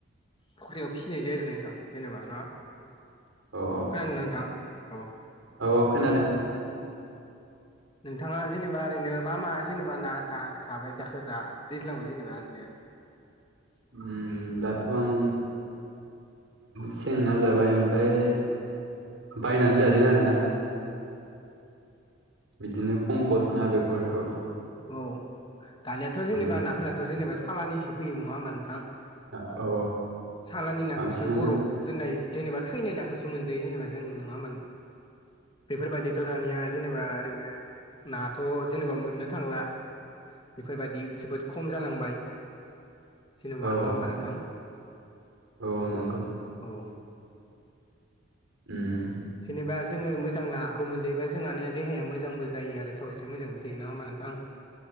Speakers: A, on the left (about 25°); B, on the right (about 65°).
A: फख्रियाव फिसिनाय जायो आरो नोंथां जेनेबा ना
B: औ औ
A: खोनादों ना नोंथां औ
B: औ औ खोनादों
A: नोंथाङा जेनेबा ओरैनो मा मा जेनेबा ना जा जाबाय दाखो दा दैज्लांआव जेनेबा ओरैनो
B: उम दाथ' आं सें ना जाबाय ओमफ्राय बायनानै जादों आरोना बिदिनो पंकस ना बेफोरखौ
A: औ दानियाथ' जेनेबा
B: उम
A: नाफोरानाथ' जेनेबा सालानिसो फैयो नङा होमबा नोंथां
B: औ औ
A: सालानि नाखौसो
B: बांसिनानो
A: बरफ दोननाय जेनेबा थैनाय नाखौसो मोनजायो जेनेबा जों नङा होनबा नों बेफोरबायदिथ' दानिया जेनेबा ओरैनो नाथ' जेनेबा मोननो थांला बेफोरबायदि जोबोद खम जालांबाय जेनेबा
B: औ
A: नङा
B: औ
A: होमबा नोंथां
B: औ नंगौ
A: औ
B: ओम
A: जेनेबा जोङो मोजां नाखौ मोनजायोबा जोंहानो देहाया मोजांबो जायो आरो सावस्रि मोजांबो थायो नङा होमबा नोंथां